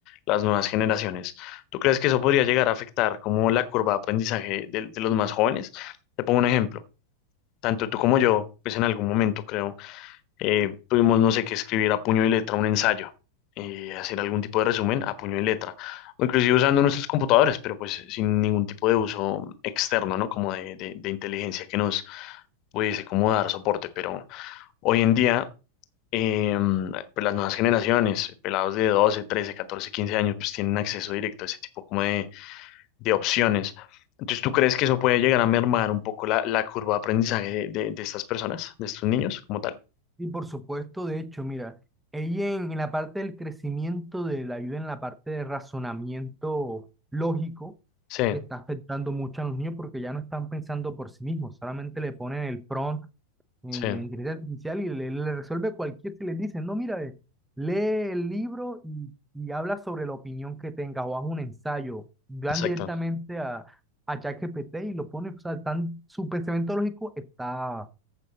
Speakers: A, on the left; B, in the centre.
A: Las nuevas generaciones. ¿Tú crees que eso podría llegar a afectar como la curva de aprendizaje de, de los más jóvenes? Te pongo un ejemplo. Tanto tú como yo, pues en algún momento creo eh, tuvimos, no sé, que escribir a puño y letra un ensayo y hacer algún tipo de resumen a puño y letra, o inclusive usando nuestros computadores, pero pues sin ningún tipo de uso externo, ¿no? Como de, de- de inteligencia que nos pudiese como dar soporte, pero hoy en día... eh, pues las nuevas generaciones, pelados de 12 13 14 15 años, pues tienen acceso directo a ese tipo como de, de opciones. Entonces, ¿tú crees que eso puede llegar a mermar un poco la, la curva de aprendizaje de, de- de estas personas, de estos niños como tal?
B: Y por supuesto, de hecho, mira, ella en, en la parte del crecimiento de la ayuda en la parte de razonamiento lógico,
A: Sí,
B: que está afectando mucho a los niños porque ya no están pensando por sí mismos, solamente le ponen el prompt en
A: sí.
B: la inteligencia artificial y le, le resuelve cualquier si le dicen, no, mira, eh, lee el libro y, y habla sobre la opinión que tengas o haz un ensayo, van
A: Exacto,
B: directamente a, a ChatGPT y lo pone o sea, tan, su pensamiento lógico está